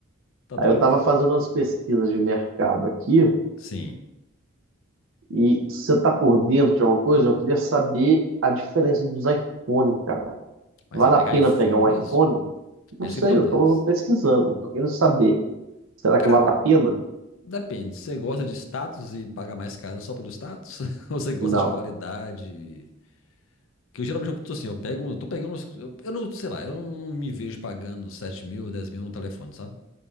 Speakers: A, on the left; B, on the right.
A: tá doido.
B: Aí eu tava fazendo umas pesquisas de mercado aqui
A: Sim,
B: e você tá por dentro de alguma coisa? Eu queria saber a diferença dos iPhone, cara.
A: mas
B: Vale
A: você vai pegar
B: a pena
A: iPhone
B: pegar um
A: mesmo?
B: iPhone? Não
A: É isso
B: sei,
A: que eu ia
B: eu
A: perguntar.
B: tô pesquisando, tô querendo saber. Será
A: Cara,
B: que vale a pena?
A: depende. Você gosta de status e paga mais caro só pelo status? <laughs> Ou você gosta
B: Não.
A: de qualidade? Que eu geralmente eu tô assim, eu pego, um- eu tô pegando, uns- eu, eu não, sei lá, eu não, não me vejo pagando 7 mil, 10 mil no telefone, sabe?